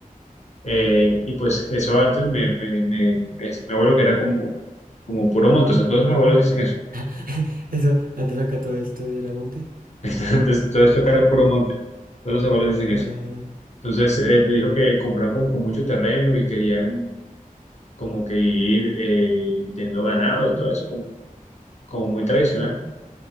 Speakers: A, on the left (about 50°); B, on the right (about 75°).
A: Eh, y pues eso antes me, me, me, me decía mi abuelo que era como, como puro monte, o sea, todos los abuelos dicen eso.
B: <laughs> Eso, antes acá todo esto era monte.
A: <laughs> Antes todo esto que era puro monte, todos los abuelos dicen eso.
B: Ah,
A: Entonces eh, me dijo que compraron como con mucho terreno y querían como que ir eh, teniendo ganado y todo eso, como, como muy tradicional.